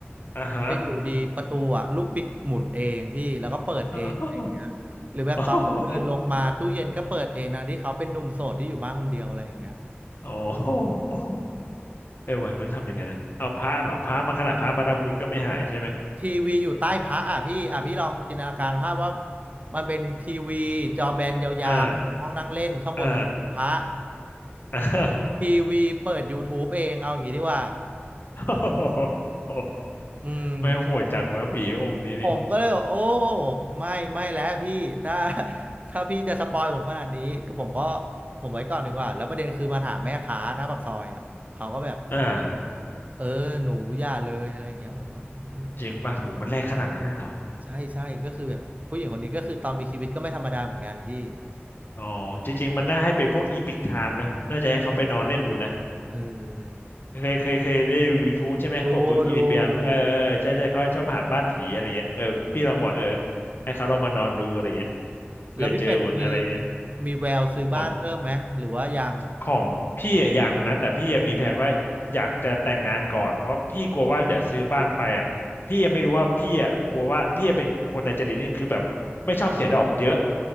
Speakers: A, on the left (about 55°); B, on the right (about 35°).
A: อ่าฮะ
B: แต่อยู่ดีประตูอ่ะลูกบิดหมุนเองพี่แล้วก็เปิดเองอะไรอย่างเงี้ยหรือแบบตอนเดินลงมาตู้เย็นก็เปิดเองนะที่เขาเป็นหนุ่มโสดที่อยู่บ้านคนเดียวอะไรอย่างเงี้ย
A: <laughs> โอ้โหโอ้โหเออมันมันทำยังไงนะเอาพระเหรอพระมาขนาดพระมาทำบุญก็ไม่หายใช่ไหม
B: ทีวีอยู่ใต้พระอ่ะพี่อ่ะพี่ลองจินตนาการภาพว่ามันเป็นทีวีจอแบนยาวๆห้องนั่งเล่นข้างบนเป็นที่พระ
A: อ่าอ่าอ่า <laughs>
B: ทีวีเปิด YouTube เองเอาอย่างงี้ดีกว่า
A: โอ้โห
B: อืม
A: ไม่โหดจังวะผีองค์นี้นี่
B: ผมก็เลยบอกโอ้ไม่ไม่แล้วพี่ถ้า <laughs> ถ้าพี่จะสปอยผมขนาดนี้ก็ผมก็ผมไว้ก่อนดีกว่าแล้วประเด็นคือมาถามแม่ค้าหน้าปากซอยอ่ะเขาก็แบบ
A: อ่า
B: เออหนูอย่าเลยอะไรอย่างเงี้ยผมว่าเออเออเออครับ
A: จริงป่ะโหมันแรงขนาดนั้นเลยเหรอ
B: ใช่ใช่ก็คือแบบผู้หญิงคนนี้ก็คือตอนมีชีวิตก็ไม่ธรรมดาเหมือนกันพี่
A: อ๋อจริงๆมันน่าให้เป็นพวกอีพิกไทม์นะน่าจะให้เขาไปนอนเล่นดูนะ
B: เออ
A: เคยเคยเคยได้ดู YouTube ใช่ไหมพวกปุ๊บอีดิเปียเออเออใช่ใช่เขาชอบหาบ้านผีอะไรเงี้ยเออพี่ลองบอกเออ
B: ดูดูดู
A: ให้เขาลองมานอนดูอะไรเงี้ยเผื่อเจออุ่นอะไรเงี้ย
B: แล้วพี่เป็ดมีมีแววซื้อบ้านเพิ่มไหมหรือว่ายัง
A: ของของพี่อะยังนะแต่พี่ยังมีแผนว่าอยากจะแต่งงานก่อนเพราะพี่กลัวว่าเดี๋ยวซื้อบ้านไปอ่ะพี่ยังไม่รู้ว่าพี่อ่ะกลัวว่าพี่จะเป็นคนอัจฉริตนี่คือแบบไม่ชอบเสียดอกเยอะ